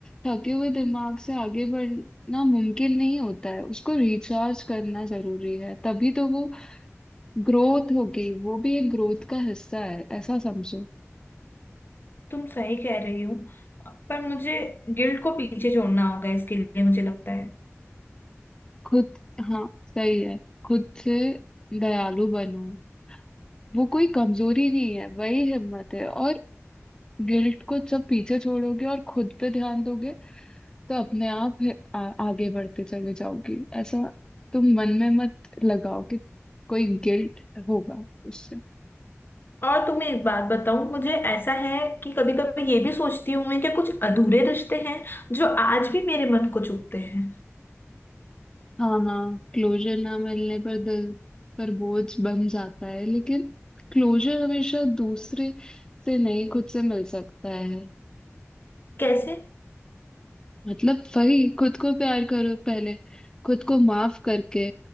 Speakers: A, on the left (about 15°); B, on the left (about 45°).
A: थके हुए दिमाग से आगे बढ़ना मुमकिन नहीं होता है उसको रिचार्ज करना जरूरी है तभी तो वो ग्रोथ होगी वो भी एक ग्रोथ का हिस्सा है ऐसा समझो
B: तुम सही कह रही हो पर मुझे गिल्ड को पीछे छोड़ना होगा इसके लिए मुझे लगता है
A: खुद हाँ सही है खुद से दयालु बनो वो कोई कमजोरी नहीं है वही हिम्मत है और गिल्ट को जब पीछे छोड़ोगे और खुद पे ध्यान दोगे तो अपने आप है- आ, आगे बढ़ते चले जाओगी ऐसा तुम मन में मत लगाओ कि कोई गिल्ट होगा उससे
B: और तुम्हें एक बात बताऊं मुझे ऐसा है कि कभी कभी ये भी सोचती हूं मैं कि कुछ अधूरे रिश्ते हैं जो आज भी मेरे मन को चुभते हैं
A: हाँ हाँ क्लोजर ना मिलने पर दिल पर बोझ बन जाता है लेकिन क्लोजर हमेशा दूसरे से नहीं खुद से मिल सकता है
B: कैसे
A: मतलब वही खुद को प्यार करो पहले खुद को माफ करके